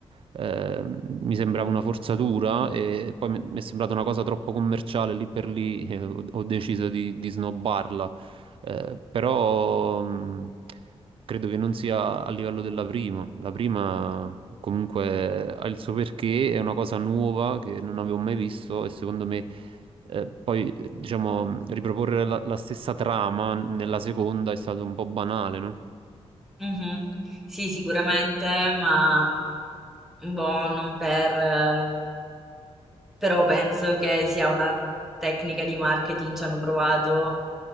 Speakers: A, on the right (about 55°); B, in the centre.
A: ehm, mi sembrava una forzatura e poi mi mi è sembrata una cosa troppo commerciale, lì per lì eh, ho, ho deciso di, di snobbarla. Eh, però... mm, Credo che non sia a livello della prima. La prima comunque ha il suo perché, è una cosa nuova che non avevo mai visto e secondo me eh, poi diciamo riproporre la, la stessa trama nella seconda è stato un po' banale, no?
B: mhm. Sì, sicuramente, ma boh, non per... eh, Però penso che sia una tecnica di marketing, ci hanno provato,